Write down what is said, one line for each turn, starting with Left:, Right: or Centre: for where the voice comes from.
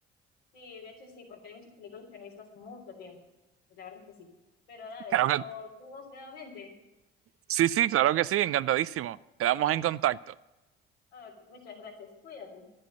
Left: Sí, de hecho sí, porque hay muchas películas que no he visto hace mucho tiempo. Y la verdad es que sí. Pero dale,
Right: Creo
Left: nos
Right: que
Left: vemos nuevamente.
Right: sí, sí, claro que sí. Encantadísimo. Quedamos en contacto.
Left: Ah, Ok, muchas gracias. Cuídate.